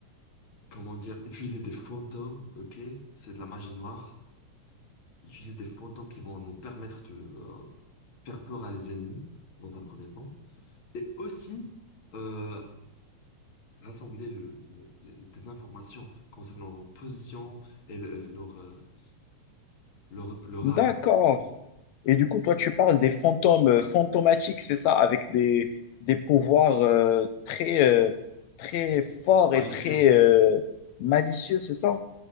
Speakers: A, on the left; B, on the left.
A: comment dire, utiliser des fantômes, ok? C'est de la magie noire. Utiliser des fantômes qui vont nous permettre de euh, faire peur à les ennemis, dans un premier temps. Et aussi, euh, rassembler le, le- les- des informations concernant leur position et le- leur, euh, leur, leur
B: D'accord.
A: arme
B: Et du coup, toi, tu parles des fantômes euh, fantomatiques, c'est ça, avec des, des pouvoirs euh, très, euh, très forts
A: malicieuse.
B: et très euh, malicieux, c'est ça?